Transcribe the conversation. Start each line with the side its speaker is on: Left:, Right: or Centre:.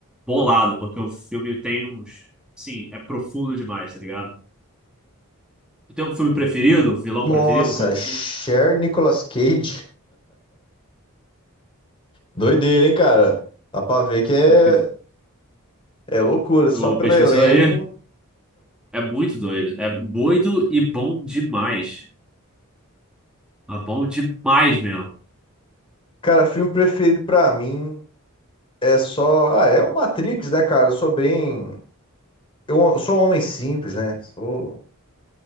Centre: bolado, porque o filme tem uns. Sim, é profundo demais, tá ligado? Tu tem um filme preferido, um vilão
Left: Nossa,
Centre: preferido, coisa
Left: Cher
Centre: assim?
Left: Nicolas Cage. Doideira, hein, cara? Dá pra ver que é,
Centre: Pesquis-
Left: é loucura, só
Centre: Tu
Left: pelo
Centre: pesquisou
Left: elenco.
Centre: aí? É muito doido. É doido e bom demais. É bom demais mesmo.
Left: Cara, filme preferido pra mim é só... Ah, é o Matrix, né, cara? Eu sou bem... Eu sou um homem simples, né? Sou...